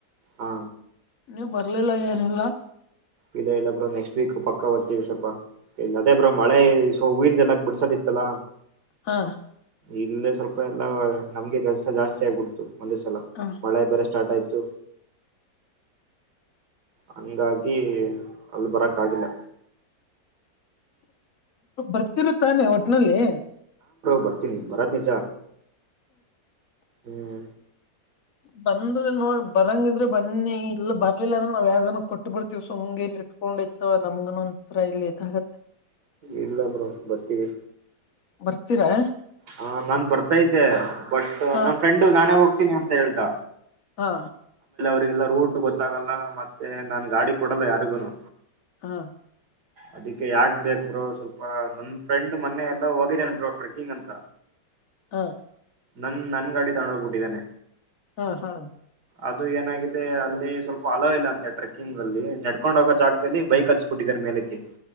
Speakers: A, on the right (about 65°); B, on the left (about 50°).
A: ಹಾ
B: ನೀವು ಬರ್ಲಿಲ್ಲ ಏನೆಲ್ಲ
A: ಇಲ್ಲ ಇಲ್ಲ ಬ್ರೋ ನೆಕ್ಸ್ಟ್ ವೀಕ್ ಪಕ್ಕ ಬರ್ತತಿವಿ ಸ್ವಲ್ಪ ಇಲ್ಲ ಅದೇ ಬ್ರೋ ಮಳೆ ಹೂವಿಂದ ಎಲ್ಲಾ ಬಿಡ್ಸದಿ ಲ
B: ಹಾ
A: ಇಲ್ಲ ಸ್ವಲ್ಪ ಎಲ್ಲಾ ನಮ್ಗೆ ಕೆಲಸ ಜಾಸ್ತಿ ಆಗ್ಬಿಡ್ತು ಒಂದೇ ಸಲ
B: ಹ
A: ಮಳೆ ಬೇರೆ ಸ್ಟಾರ್ಟ್ ಆಯ್ತು ಹಂಗಾಗಿ ಅಲ್ ಬರಕ್ಕಾಗಿಲ್ಲ
B: ಬರ್ತಿರು ತಾನೆ ಒಟ್ನಲ್ಲಿ
A: ಭರ್ತೀನಿ ಭರತನಚ ಹ್ಮ್
B: ಬಂದ್ರೆ ನೋಡ್ ಬರಂಗಿದ್ರೆ ಬನ್ನಿ ಇಲ್ಲ ಬರ್ಲಿಲ್ಲ ಅ್ರ ನಾವ್ ಯಾರ್ಗಾನ ಕೊಟ್ಟ ಬಿಡ್ತಿವಿ ಸುಮ್ ಇಟ್ಕೊಂಡಿದ್ದು ನಮ್ಗನ್ ಒಂರ ಇಲ್ಲಿ ಇದಾಗತ್ತೆ
A: ಇಲ್ಲ ಬ್ರ ಬರ್ತೀವಿ
B: ಬರ್ತೀರಾ
A: ಹ ನಾನ್ ಬರ್ತಾತೆ ಬಟ್
B: ಹಾ
A: ನನ್ ಫ್ರೆಂಡು ನಾನೇ ಹೋಗ್ತೀನಿ ಅಂತ ಹೇಳ್ತಾ
B: ಹಾ
A: ಲ್ಲ ರೂಟ್ ಗೊತ್ತಾಗಲ್ಲ ಮತ್ತೆ ನಾನನ್ ಗಾಡಿ ಕೊಡಲ್ಲ ಯಾರಿಗುನು
B: ಹಾ
A: ಅದಕ್ಕೆ ಯಾಕ್ ಬೇಕ್ರೋ ಸ್ವಲ್ಪ ನನ್ ಫ್ರೆಂಡ್ ಮೊನ್ನೆಯ ಎಲ್ಲ ಹೋಗಿದ್ದೇನ್ ಬ್ರೋ ಟ್ರೆಕ್ಕಿಂಗ್ ಅಂತ
B: ಹಾ
A: ನನ್ ನನ್ ಗಾಡಿ ತೊಂಡ ಹೋಗ್ಬಿಟ್ಟಿದ್ದೇನೆ
B: ಹಾ ಹಾ
A: ಅದು ಏನಾಗಿದೆ ಅಲ್ಲಿ ಸ್ವಲ್ಪ ಅಲಾವ ಇಲ್ಲ ಅಂತೆ ಟ್ರೆಕ್ಕಿಂಗ್ ಅಲ್ಲಿ ನಡ್ಕೊಂಡ ಹೋಗೋ ಜಾಗದಲ್ಲಿ ಬೈಕ್ ಹಚ್ಚಿಬಿಟ್ಟಿದ್ದಾರೆ ಮೇಲಕ್ಕೆ